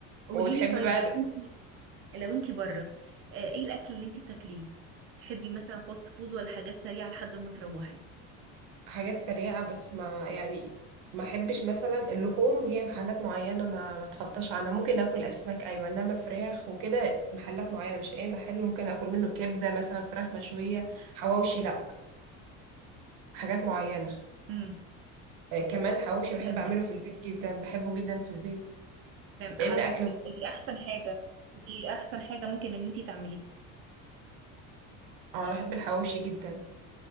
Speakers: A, on the right (about 40°); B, on the right (about 80°).
A: قولي
B: وبتحبي
A: لي طيب
B: بقى
A: لو انت لو انت بره آه، ايه الاكل اللي انت بتاكليه تحبي مثلا فاست فود ولا حاجات سريعة لحد ما تروحي
B: حاجات سريعة بس ما يعني ما احبش مثلا اللحوم ليها محلات معينة ما ما اتخطاش عنها ممكن اكل اسماك ايوه انما فراخ وكده محلات معينة مش اي محل ممكن اكل منه كبدة مثلا فراخ مشوية حواوشي لا حاجات معينة
A: امم
B: آه، كمان الحواوشي بحب
A: فهمتك
B: اعمله في البيت جدا بحبه جدا في البيت
A: فهم
B: لان
A: على
B: اكله
A: دي احسن حاجة دي احسن حاجة ممكن ان انت تعمليها
B: اه انا بحب الحواوشي جدا